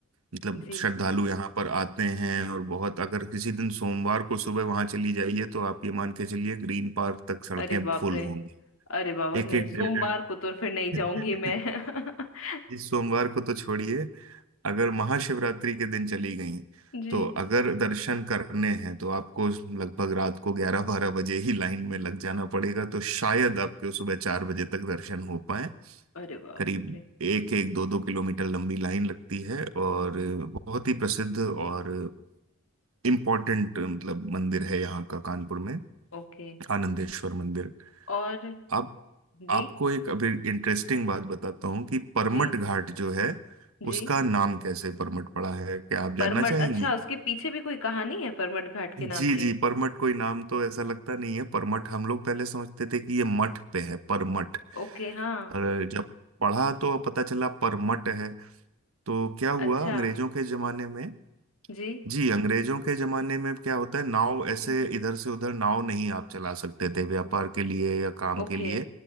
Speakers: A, on the right; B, on the left.
A: मतलब
B: जी
A: श्रद्धालु यहाँ पर आते हैं और बहुत अगर किसी दिन सोमवार को सुबह वहां चली जाइए तो आप ये मान के चलिए ग्रीन पार्क तक सड़कें
B: अरे बाप
A: फुल
B: रे
A: होंगी
B: अरे बाबा
A: एक
B: नहीं
A: एक
B: सोमवार
A: डेढ़
B: को तो फिर नहीं जाऊंगी
A: डेढ़
B: मैं
A: <laughs>
B: <laughs>
A: इस सोमवार को तो छोड़िए अगर महाशिवरात्रि के दिन चली गई
B: जी
A: तो अगर दर्शन करने हैं तो आपको लगभग रात को ग्यारह बारह बजे ही लाइन में लग जाना पड़ेगा तो शायद आपके सुबह चार बजे तक दर्शन हो पाए
B: अरे बाप
A: करीब
B: रे
A: एक एक दो दो किलोमीटर लंबी लाइन लगती है और बहुत ही प्रसिद्ध और इम्पोर्टेंट मतलब मंदिर है यहाँ का कानपुर में
B: ओके
A: आनंदेश्वर मंदिर
B: और
A: आप आपको
B: जी
A: एक अभी इंटरेस्टिंग बात बताता हूँ कि परमट
B: जी
A: घाट जो है
B: जी
A: उसका नाम कैसे परमट पड़ा है क्या आप
B: परमट
A: जानना चाहेंगी
B: अच्छा उसके पीछे भी कोई कहानी है परमट घाट के नाम
A: जी
B: के
A: जी परमठ कोई नाम तो ऐसा लगता नहीं है परमठ हम लोग पहले समझते थे कि ये मठ पे है परमठ
B: ओके हाँ
A: पर जब पढ़ा तो पता चला परमठ है तो क्या हुआ
B: अच्छा
A: अंग्रेजों के जमाने में
B: जी
A: जी अंग्रेजों के जमाने में क्या होता है नाव ऐसे
B: हम्म
A: इधर से उधर नाव नहीं आप चला सकते थे व्यापार के लिए या काम
B: ओके
A: के लिए